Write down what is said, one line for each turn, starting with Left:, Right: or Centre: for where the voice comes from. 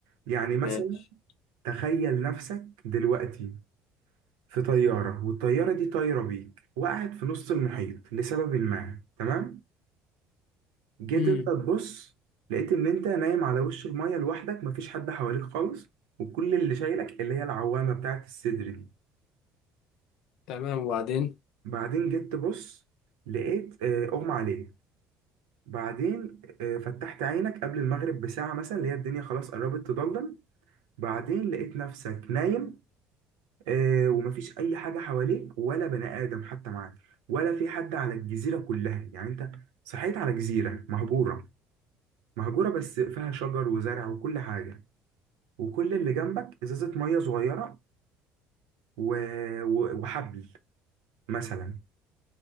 Right: يعني مثلا
Left: ماشي
Right: تخيل نفسك دلوقتي في طياره والطياره دي طايره بيك وقعت في نص المحيط لسبب ما تمام جيت
Left: امم
Right: انت تبص لقيت ان انت نايم على وش المية لوحدك مفيش حد حواليك خالص وكل اللي شايلك اللي هي العوامة بتاعت الصدر دي
Left: تمام وبعدين
Right: بعدين جيت تبص لقيت آه، اغمى عليك بعدين آه، فتحت عينك قبل المغرب بساعة مثلا اللي هي الدنيا خلاص قربت تضلم بعدين لقيت نفسك نايم آه، ومفيش أي حاجة حواليك ولا بني آدم حتى معاك ولا في حد على الجزيرة كلها يعني أنت صحيت على جزيرة مهجورة مهجورة بس فيها شجر وزرع وكل حاجة وكل اللي جنبك ازازه ميه صغيره و... و... وحبل مثلا